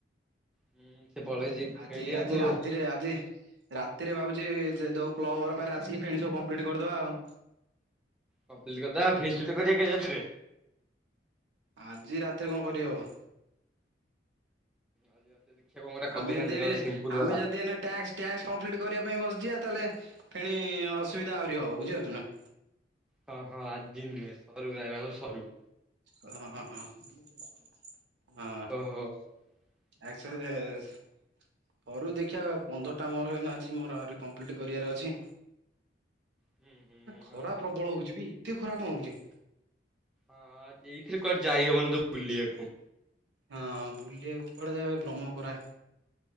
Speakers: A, in the centre; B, on the right (about 80°).
A: ହୁଁ ସେ ପଳେଇଛି
B: ଆଜି
A: ଖେଳିବାକୁ
B: ଆଜି ରାତିରେ ଆଜି ରା ତି ରେ ଭାବୁଚି ଯେ ଯୋଉ କ୍ଲବ ଘର ପାଖରେ ଆସିକି ଫେଣି ସବୁ କମ୍ପ୍ଲିଟ୍ କରିଦବା ଆଉ।
A: କମ୍ପ୍ଲିଟ୍ କରିଦବା ଫିକ୍ସଡ ଟା କିଆଁ କରିବା ରାତିରେ।
B: ଆଜି ରାତିରେ କଣ କରିହବ?
A: ଆଜି ରାତିରେ ଦେଖିଆ କଣ ଗୋଟେ କରିଦେଇଥାନ୍ତେ
B: ଆମେ ଯଦି
A: ନହେଲେ
B: ଏଇନେ
A: ସିମ୍ପୁଲ
B: ଆମେ
A: ବାଲା।
B: ଯଦି ଏଇନେ ଟାସ୍କ ଟାସ୍କ କମ୍ପ୍ଲିଟ୍ କରିବା ପାଇଁ ବସିଯିବା ତାହେଲେ ଫେଣି ଅସୁବିଧା ଆହୁରି ହବ ବୁଝିପାରୁଚ ନା?
A: ହଁ ହଁ ଆଜି ନୁହେଁ ସରୁ ଗାଇ ବା ସରୁ।
B: ହ ହ ହ ହଁ।
A: ଓହୋ।
B: ଆକ୍ସ
A: ଆ
B: ରେସ୍। ସରୁ ଦେଖିବା ପନ୍ଦରଟା ମୋର ଏହିନା ଅଛି ମୋର ଆହୁରି କମ୍ପ୍ଲିଟ୍ କରିବାର ଅଛି।
A: ହୁଁ ହୁଁ
B: ଖରା
A: ଆଉ
B: ପ୍ରବଳ ହଉଛି ବେ ଏତେ ଖରା କଣ ହଉଚି?
A: ହଁ ଏଇଥିର କୁଆଡେ଼ ଯାଇହବନି ତ ବୁଲିବାକୁ।
B: ହଁ ବୁଲିବାକୁ କୁଆଡେ ଯାଇ ହବ ବ୍ରହ୍ମଖରା।